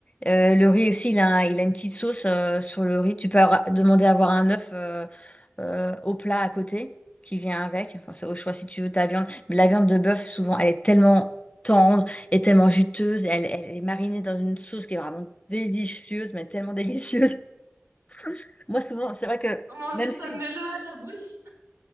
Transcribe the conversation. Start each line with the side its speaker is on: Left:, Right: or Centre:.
Left: Euh, le riz aussi, il a, un- il a une petite sauce euh, sur le riz. Tu peux avoir- demander à avoir un œuf euh, euh, au plat à côté qui vient avec. Enfin, c'est au choix si tu veux ta viande. Mais la viande de bœuf, souvent, elle est tellement tendre et tellement juteuse. Elle, elle est marinée dans une sauce qui est vraiment délicieuse, mais tellement délicieuse. <laughs> Moi, souvent, c'est vrai que
Right: Oh mon
Left: même
Right: Dieu, ça
Left: si
Right: me met l'eau à la bouche.